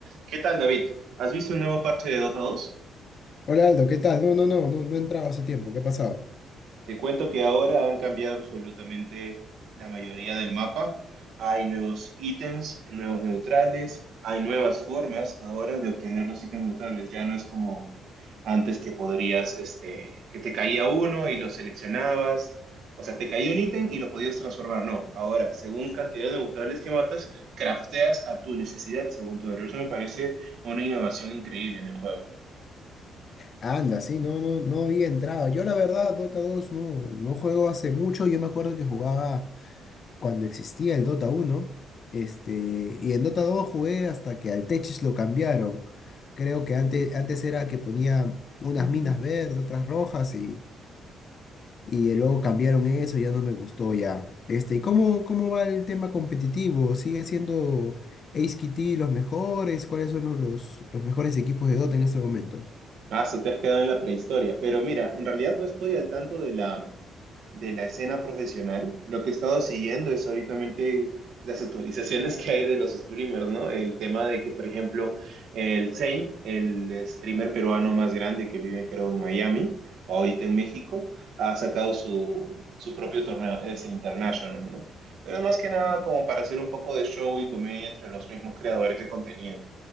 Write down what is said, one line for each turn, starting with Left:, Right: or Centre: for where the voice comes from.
Right: ¿Qué tal, David? ¿Has visto el nuevo parche de Dota 2?
Left: Hola Aldo, ¿qué tal? No, no, no, no, no he entrado hace tiempo, ¿qué ha pasado?
Right: Te cuento que ahora han cambiado absolutamente la mayoría del mapa. Hay nuevos ítems, nuevos neutrales, hay nuevas formas ahora de obtener los ítems neutrales. Ya no es como antes que podrías, este, que te caía uno y lo seleccionabas. O sea, te caía un ítem y lo podías transformar. No, ahora, según cantidad de neutrales que matas, crafteas a tu necesidad según tu héroe. Eso me parece una innovación increíble en el juego.
Left: Anda, sí, no, no, no había entrado. Yo la verdad, Dota dos no, no juego hace mucho. Yo me acuerdo que jugaba cuando existía el Dota uno, este, y en Dota dos jugué hasta que al Techis lo cambiaron. Creo que antes, antes era que ponía unas minas verdes, otras rojas, y, Y luego cambiaron eso, ya no me gustó ya. Este, ¿y cómo, cómo va el tema competitivo? ¿Sigue siendo Ace Kitty los mejores? ¿Cuáles son los, los mejores equipos de Dota en este momento?
Right: Ah, so te has quedado en la prehistoria. Pero mira, en realidad no estoy al tanto de la, de la escena profesional. Lo que he estado siguiendo es ahorita las actualizaciones que hay de los streamers, ¿no? El tema de que, por ejemplo, el Zayn, el streamer peruano más grande que vive, creo, en Miami, o ahorita en México, ha sacado su, su propio torneo, ese International, ¿no? Pero más que nada como para hacer un poco de show y comedia entre los mismos creadores de contenido.